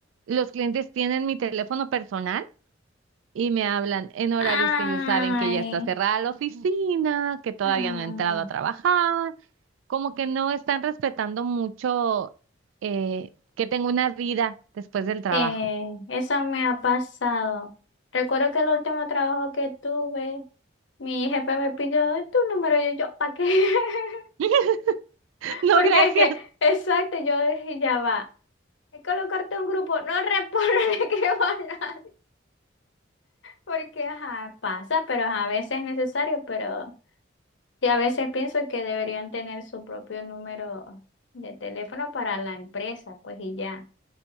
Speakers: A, on the right; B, on the left.
A: los clientes tienen mi teléfono personal y me hablan en horarios
B: Ay,
A: que ellos saben que ya está cerrada la oficina, que todavía
B: ay,
A: no he entrado a trabajar, como que no están respetando mucho eh, que tengo una vida después del trabajo.
B: sí, eso me ha pasado. Recuerdo que el último trabajo que tuve. Mi jefe me pidió tu número y yo, ¿para qué? <laughs>
A: <laughs> No,
B: Porque
A: gracias.
B: es que, exacto, yo dije, ya va. Hay que colocarte un grupo, no respondo, <laughs> ni escribo a nadie. Porque, ajá, pasa, pero ajá, a veces es necesario, pero y a veces pienso que deberían tener su propio número de teléfono para la empresa, pues y ya,